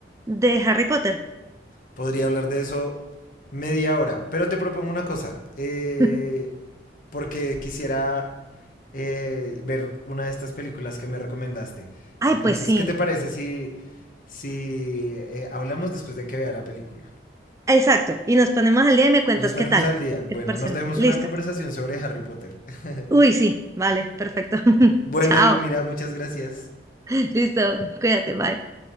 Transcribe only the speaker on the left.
Podría hablar de eso media hora. Pero te propongo una cosa. eh,
porque quisiera eh, ver una de estas películas que me recomendaste.
Entonces,
¿qué te parece si, si eh, hablamos después de que vea la película?
Y los ponemos
al día. Bueno,
nos demos
una conversación sobre Harry Potter. <laughs>
Bueno,
Dios, mira, muchas gracias.